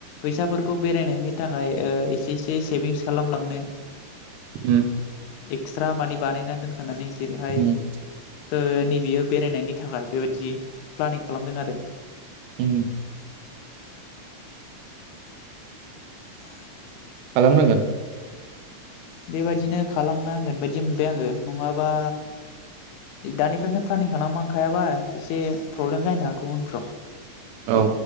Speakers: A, on the left; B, on the right.
A: फैसाफोरखौ बेरायनायनि थाख ओमफाय ओ एसे एसे सेभिंस खालामलांनो
B: <unintelligible>
A: एक्सट्रा मानि बानायनानै दोनखानानै जेरैहाय
B: उम
A: ओ नैबेयो बेरायनायनि थाखाय बेबायदि प्लानिं खालामदों आरो
B: उम
A: <inaudible> <inaudible>
B: खालामनांगोन
A: बेबायदिनो खालामनांगोन बायदि मोनबाय आङो नङाबा दानिफ्रायनो प्लानिं खालामखायाबा एसे प्रब्लेम जानो हागौ उनफ्राव एसे
B: औ